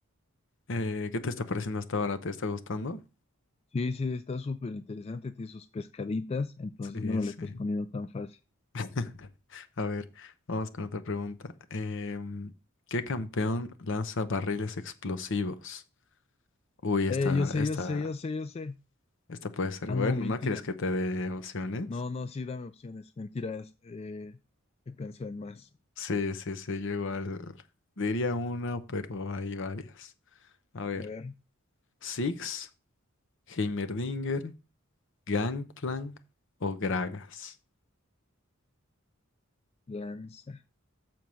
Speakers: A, on the left; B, on the left.
A: Eh, ¿qué te está pareciendo hasta ahora? ¿Te está gustando?
B: sí, sí, está súper interesante. Tiene sus pescaditas, entonces
A: Sí,
B: no me
A: sí.
B: la estás poniendo tan fácil.
A: <laughs> A ver, vamos con otra pregunta. Em, ¿qué campeón lanza barriles explosivos? Uy, esta,
B: Eh, yo sé,
A: esta,
B: yo sé, yo sé, yo sé.
A: esta puede ser
B: Ah,
A: bueno.
B: no, mentira.
A: ¿No quieres que te dé opciones?
B: No, no, sí, dame opciones. Mentiras. Eh, he pensado en más.
A: Sí, sí, sí, yo igual diría una, pero hay varias. A ver,
B: A ver,
A: Six, Heimerdinger, Gangplank o Gragas.
B: lanza,